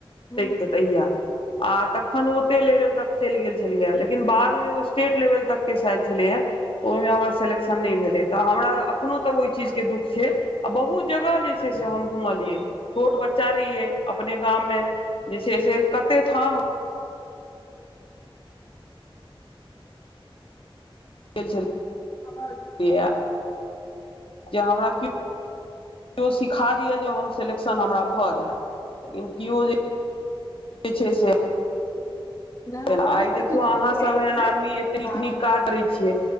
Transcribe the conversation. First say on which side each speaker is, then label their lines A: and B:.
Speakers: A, on the left (about 35°); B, on the left (about 70°).
A: हँ
B: ताक तहिया आ तखन ओते लेवल तक चैल गेल छेलियै लेकिन बाद मे ओ स्टेट लेवल तक के सायद छेलैया। तऽ ओय मे हमर सेलेक्शन नैय भेलै तऽ हमरा अखनो तक ओय चीजके दुःख छैय। आ बहुत जगह जे छैय से हम घूमलियै छोट बच्चा रहियै। अपने गाम मे जे छैय से कते ठाम गेल छल।
A: अगर
B: <unintelligible> जे हमरा कियो- कियो सिखा दि य जे हमरा सेलेक्शन। हमरा भ जे कियो <unintelligible> जे छैय से
A: नहि ओ
B: आय
A: बहुत
B: देखियौ
A: नीक
B: आहाँ
A: सिखबै
B: सब एहन
A: छथिन
B: आदमी एते नीक-
A: आ
B: नीक काज करै छियै।